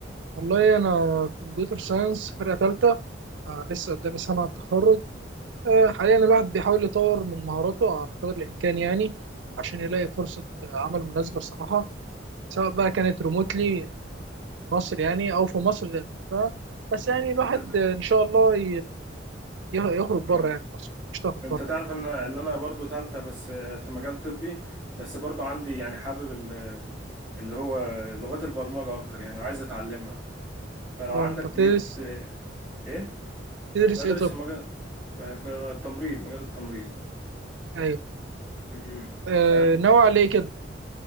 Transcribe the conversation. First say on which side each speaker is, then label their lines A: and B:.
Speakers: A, on the right; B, on the right.
A: والله انا كمبيوتر ساينس فرقه ثالثه آه لسه قدامي سنه على التخرج آه حاليا الواحد بيحاول يطور من مهاراته على قدر الامكان يعني عشان يلاقي فرصه آه، عمل مناسبه الصراحه سواء بقى كانت ريموتلي مصر يعني او في مصر ذات نفسها بس يعني الواحد
B: أنت ت-
A: آه، ان شاء الله ي- ي- يخرج بره
B: آه
A: يعني مصر يشتغل
B: أنت
A: بره
B: تعرف
A: يعني
B: إن إن أنا برضو تالتة بس آه، في مجال طبي بس برضو عندي يعني حابب ال- اللي هو لغات البرمجة أكتر يعني وعايز أتعلمها فلو
A: اه
B: عندك
A: انت
B: بي...
A: بتدرس
B: بي... إيه
A: تدرس
B: بدرس
A: ايه طب
B: في مجال في التمريض مجال التمريض
A: ايوه
B: امم
A: آه
B: فاهم
A: ناوي على ايه كده